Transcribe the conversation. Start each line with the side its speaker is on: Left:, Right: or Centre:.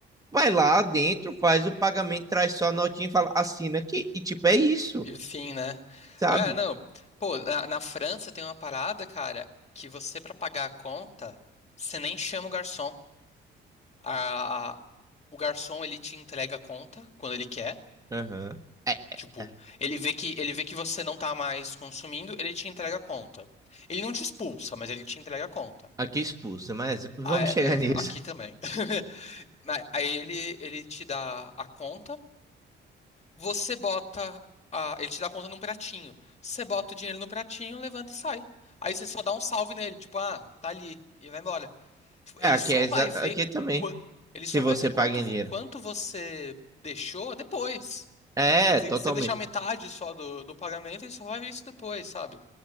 Right: vai lá dentro, faz o pagamento, traz só a notinha e fala, assina aqui. E tipo, é isso,
Left: Enfim, né?
Right: sabe?
Left: É, não. Pô, na, na França tem uma parada, cara, que você, pra pagar a conta, você nem chama o garçom. A, a- o garçom, ele te entrega a conta quando ele quer.
Right: Aham. É.
Left: Tipo, ele vê que, ele vê que você não tá mais consumindo, ele te entrega a conta. Ele não te expulsa, mas ele te entrega a conta.
Right: Aqui expulso, mas vamos
Left: Ah, é,
Right: chegar
Left: é,
Right: nisso.
Left: aqui também. <laughs> Mas Aí ele, ele te dá a conta. Você bota a- ele te dá conta num pratinho. Você bota o dinheiro no pratinho, levanta e sai. Aí você só dá um salve nele, tipo, ah, tá ali e vai embora. Tipo,
Right: É,
Left: ele
Right: aqui,
Left: só
Right: é exa-
Left: vai ver
Right: aqui também.
Left: qua- ele
Right: Se
Left: só
Right: você
Left: vai ver
Right: paga
Left: quanto
Right: em
Left: vo-
Right: dinheiro.
Left: quanto você deixou depois.
Right: É,
Left: Se
Right: totalmente.
Left: você deixar metade só do, do pagamento, ele só vai ver isso depois, sabe?